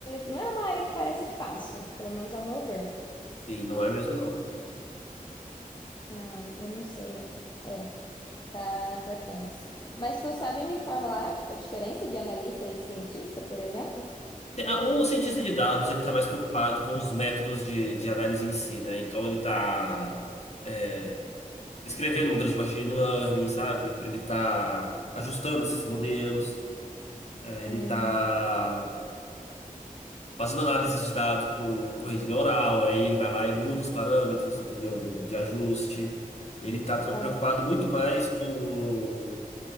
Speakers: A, on the left; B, on the left.
A: não é uma área que parece fácil, pelo menos ao meu ver.
B: sim, não é mesmo, não.
A: Ai, eu não sei. É, é, tá, tá tenso. Mas tu sabe me falar, tipo, a diferença de analista e cientista, por exemplo?
B: Te- ah, O cientista de dados, ele tá mais preocupado com os métodos de, de análise em si, né? Então ele tá é, escrevendo modelos de machine learning, sabe? Ele está ajustando esses modelos, é,
A: Hum,
B: ele está fazendo análise de dados com, com rede neural, aí ele vai lá e muda os parâmetros, entendeu? Do, de ajuste. Ele está preocupado
A: Ah,
B: muito mais com